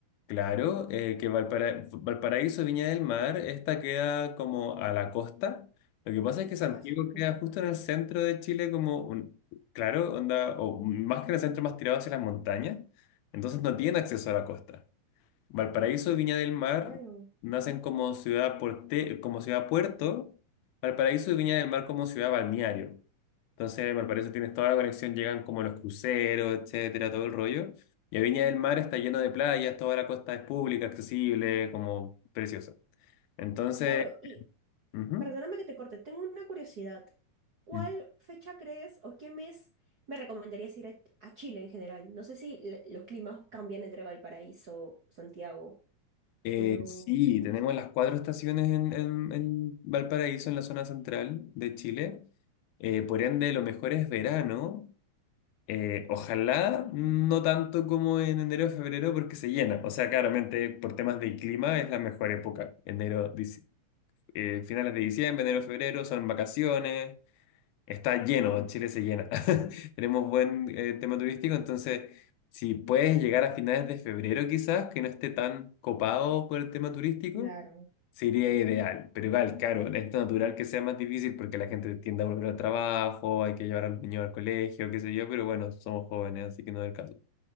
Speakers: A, on the left; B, on the right.
A: claro, eh, que Valpara- Valparaíso, Viña del Mar, esta queda como a la costa. Lo que pasa es que Santiago
B: Ah, súper,
A: queda justo en el centro de Chile, como un, claro, onda, o más que en el centro, más tirado hacia las montañas, entonces no tiene acceso a la costa. Valparaíso y Viña del Mar
B: claro.
A: nacen como ciudad porte- como ciudad puerto, Valparaíso y Viña del Mar como ciudad balneario. Entonces, Valparaíso tienes toda la conexión, llegan como los cruceros, etcétera, todo el rollo. Y a Viña del Mar está lleno de playas, toda la costa es pública, accesible, como precioso. Entonces,
B: Claro,
A: ujú.
B: Perdóname que te corte, tengo una curiosidad. ¿Cuál
A: Mm.
B: fecha crees o qué mes me recomendarías ir a, a Chile en general? No sé si l- los climas cambian entre Valparaíso, Santiago,
A: Eh,
B: pero...
A: sí,
B: así.
A: tenemos las cuatro estaciones en, en- en Valparaíso, en la zona central de Chile. Eh, por ende, lo mejor es verano Eh, ojalá no tanto como en enero o febrero porque se llena. O sea, claramente por temas de clima es la mejor época. Enero, dic- eh, finales de diciembre, enero, febrero son vacaciones. Está lleno, Chile se llena. <laughs> Tenemos buen eh, tema turístico, entonces si puedes llegar a finales de febrero quizás, que no esté tan copado por el tema turístico,
B: Claro.
A: sería ideal. Pero igual, claro, es natural que sea más difícil porque la gente tiende a volver al trabajo, hay que llevar al niño al colegio, qué sé yo, pero bueno, somos jóvenes, así que no es el caso.